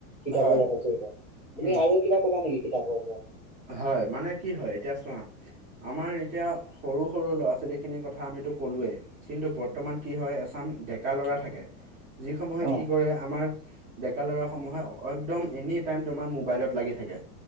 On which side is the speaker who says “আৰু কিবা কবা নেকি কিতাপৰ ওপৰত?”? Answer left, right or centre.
Left